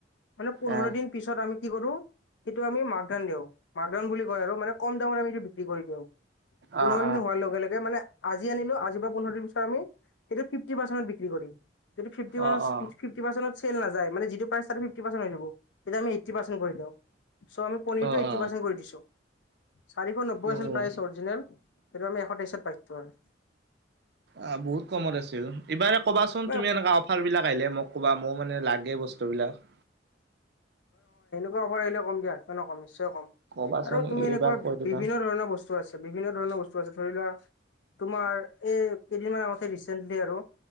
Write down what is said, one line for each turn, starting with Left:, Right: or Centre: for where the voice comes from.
Left: মানে পোন্ধৰ
Right: আহ
Left: দিন পিছত। আমি কি কৰো সেইটো আমি মাক ধন দিওঁ মাক ধন বুলি কয় আৰু মানে কম দামত আমিটো বিক্ৰী কৰি দিওঁ। পোন্ধৰ
Right: আহ
Left: দিন হোৱাৰ লগে লগে মানে আজি আনিলো। আজি পৰা পোন্ধৰ দিন পিছত আমি এটো ফিফটি পাৰ্চেনট বিক্ৰী কৰিম। যদি ফিফটি প
Right: আহ অ অ
Left: ফফ পাৰ্চেনত চেল নাযায় মানে যিটো পাইছা তুমি ফিফটি পাৰ্চেন্ত হয় যাব। আমি এইটি পাৰ্ছেন্ত কৰি দিও। আমি পনিৰটো
Right: অ
Left: এইটি
Right: অ
Left: পাৰ্চেনট কৰি দিছো। চাৰিশ নব্বৈ
Right: উ
Left: আছিল
Right: অ
Left: প্ৰায় হেইটো আমি এশ তেইশত পাইছো মানে।
Right: অ' বহুত কমত আছিল। এইবাৰে কবাচোন
Left: কিবা
Right: তুমি এনে অফাৰ বিলাক আহিলে। মোক কবা মই মানে ল লাগে বস্তুবিলাক।
Left: বাৰ আহিল কম দিয়া। হাত মানে কম নিশ্চয় কম
Right: কবাচোন
Left: আৰু তুমি
Right: এ
Left: এনেকুৱা
Right: এইবাৰ কৈ দিবা
Left: বিভিন্ন ধৰণৰ বস্তু আছিল। বিভিন্ন ধৰণৰ বস্তু আছে ধৰি লোৱা। তোমাৰ এই কেইদিনমান আগতে ৰিচেন্টলি আৰু